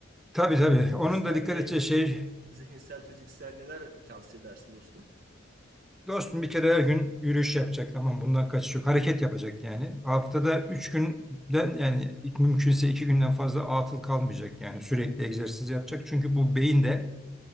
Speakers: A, in the centre; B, on the right (about 45°).
A: Tabii tabii onun
B: Beslenmeydi,
A: da dikkat edeceği şey
B: zihinsel, fiziksel neler tavsiye edersin dostum?
A: dostum bir kere her gün yürüyüş yapacak tamam bundan kaçış yok. Hareket yapacak yani. Haftada 3 günden yani mümkünse 2 günden fazla atıl kalmayacak yani sürekli egzersiz yapacak. Çünkü bu beyin de